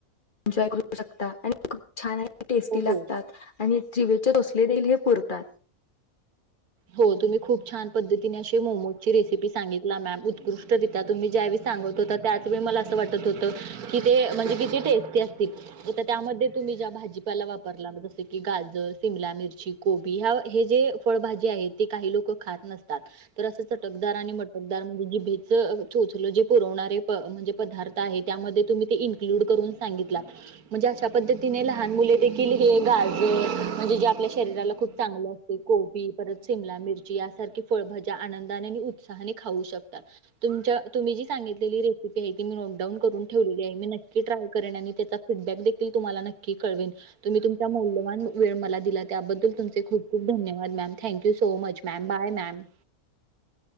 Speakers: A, on the left (about 35°); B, on the right (about 90°).
A: एन्जॉय करू शकता आणि खूप छान आहे. टेस्टी
B: हो
A: लागतात
B: हो
A: आणि ज. तोसले देल हे पुरतात <unintelligible>
B: हो तुम्ही खूप छान पद्धतीने अशी मोमोजची रेसिपी सांगितला, मॅम उत्कृष्टिता तुम्ही ज्यावेळी सांगत होता, त्याच वेळी मला असं वाटत होतं की. म्हणजे किती टेस्टी असतील त्यामध्ये तुम्ही ज्या भाजी. पर ज की गाजर सिम मिरची कोबी ह हे जे फळाजी <unintelligible> ते काही लोक खात नतात तर असं चटकदार आणि मटकदार म्हणजे जिभेच चोचल जे पुरवणारे, म्हणजे पदार्थ आहे त्यामध्ये तुम्ही ते इन्क्लूड करून सांगितला, म्हणजे अशा पद्धतीने लहान मुले देखील हे गाजर म्हणजे जे आपल्या शरीराला खूप चांगले असते कोबी. शिमला मिरची यासारखी फळभज्या आनंदाने आणि उत्साहाने खाऊ शकतात तुमच्या. तुम्ही जी सांगितलेली रेसिपी आहे, ती मी नोटडाऊन करून ठेवलेली आहे, मी नक्की ट्राय करेन त्याचा फीडबॅक देखील तुम्हाला नक्की कळवेन तुम्ही. मौल्यवान वेळ मला दिला त्याबद्दल तुमचे खूप खूप धन्यवाद ma'am. Thank you so much ma'am bye ma'am.